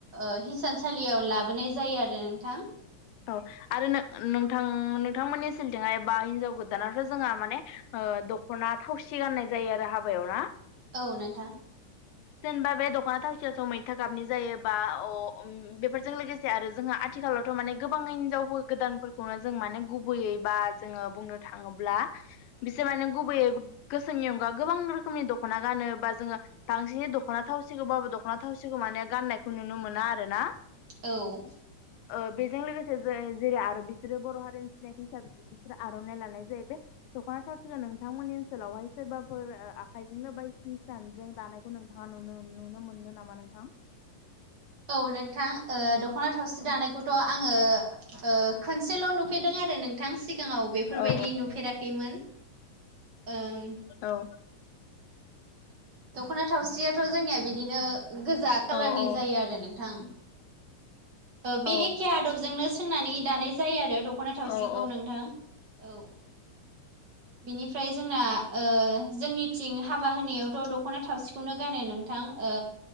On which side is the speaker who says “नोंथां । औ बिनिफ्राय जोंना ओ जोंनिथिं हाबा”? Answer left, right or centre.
Right